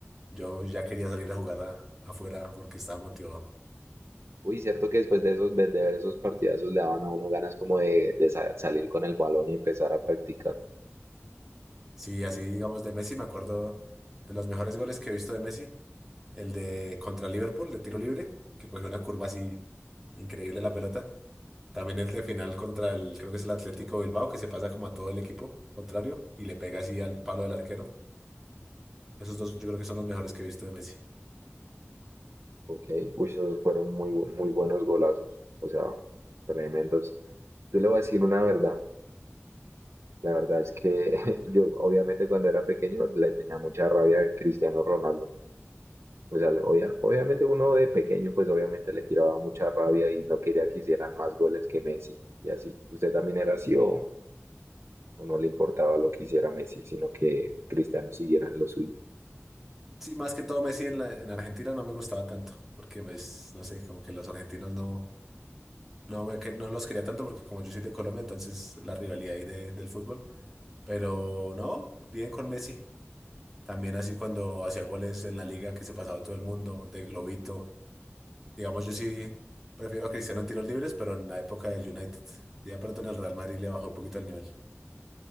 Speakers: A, in the centre; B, on the right.
A: Yo ya quería salir a jugar a- afuera porque estaba motivado.
B: Uy, cierto que después de esos, de ver esos partidazos le daban a uno ganas como de, de sa- salir con el balón y empezar a practicar.
A: Sí, así digamos de Messi, me acuerdo de los mejores goles que he visto de Messi, el de contra Liverpool de tiro libre, que cogió una curva así increíble la pelota. También el de final contra el, creo que es el Atlético Bilbao, que se pasa como a todo el equipo contrario y le pega así al palo del arquero. Esos dos yo creo que son los mejores que he visto de Messi.
B: Ok, uy, esos fueron muy, bu- muy buenos golazos, o sea, tremendos. Yo le voy a decir una verdad. La verdad es que <laughs> yo, obviamente, cuando era pequeño le tenía mucha rabia a Cristiano Ronaldo. O sea, le- obvia- obviamente uno de pequeño, pues obviamente le tiraba mucha rabia y no quería que hicieran más goles que Messi y así. ¿Usted también era así o, o no le importaba lo que hiciera Messi, sino que Cristiano siguiera en lo suyo?
A: Sí, más que todo Messi en, la- en Argentina no me gustaba tanto, porque pues, no sé, como que los argentinos no No, me, que- no los quería tanto porque como yo soy de Colombia, entonces la rivalidad ahí de- del fútbol. Pero no, bien con Messi. También así cuando hacía goles en la liga que se pasaba todo el mundo, de globito. Digamos, yo sí prefiero a Cristiano en tiros libres, pero en la época del United. Ya de pronto en el Real Madrid le bajó un poquito el nivel.